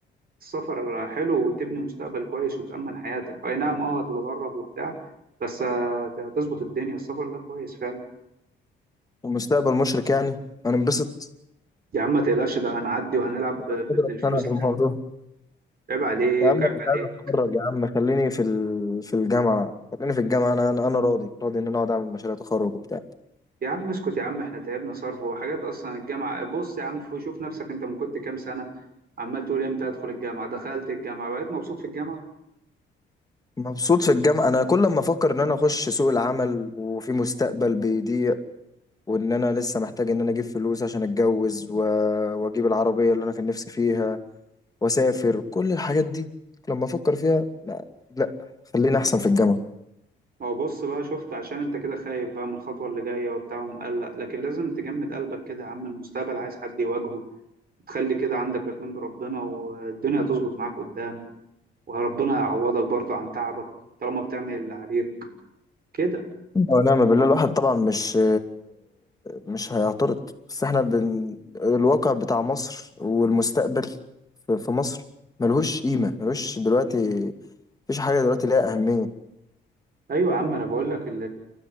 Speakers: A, on the right; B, on the left.
A: السفر حلو وتبني مستقبل كويس وتأمن حياتك أي نعم اه هتتغرب وبتاع بس آه، هتظبط الدنيا السفر ده كويس فعلا
B: ومستقبل مشرق يعني انا انبسط
A: يا عم ما تقلقش ده هنعدي وهنلعب
B: مش
A: ب-
B: قادر
A: ب- بالفلوس
B: اقتنع
A: لعب
B: بالموضوع
A: عيب عليك
B: يا عم انا
A: عيب
B: مش
A: عليك
B: عايز اتخرج يا عم خليني في ال... في الجامعه خليني في الجامعه انا انا أنا راضي راضي ان انا اقعد اعمل مشاريع تخرج وبتاع
A: يا عم اسكت يا عم احنا تعبنا صرف وحاجات اصلا الجامعه بص يا عم فو- شوف نفسك انت من كنت كام سنه عمال تقول امتى ادخل الجامعه دخلت الجامعه بقيت مبسوط في الجامعه
B: مبسوط في الجامعه انا كل ما افكر ان انا اخش سوق العمل وفي مستقبل بيضيق وان انا لسه محتاج ان انا اجيب فلوس عشان اتجوز و... واجيب العربيه اللي انا كان نفسي فيها واسافر كل الحاجات دي لما افكر فيها لا, لا خلينا احسن في الجامعه
A: ما هو بص بقى شفت عشان انت كده خايف بقى من الخطوه اللي جايه وبتاع ومقلق لكن لازم تجمد قلبك كده يا عم المستقبل عايز حد يواجهه تخلي كده عندك يقين بربنا والدنيا تظبط معاك قدام وربنا يعوضك برضه عن تعبك طالما بتعمل اللي عليك كده
B: ونعم بالله الواحد طبعا مش مش هيعترض بس احنا بن... الواقع بتاع مصر والمستقبل في في مصر ملهوش قيمه ملهوش دلوقتي مفيش حاجه دلوقتي ليها اهميه
A: ايوه يا عم انا بقول لك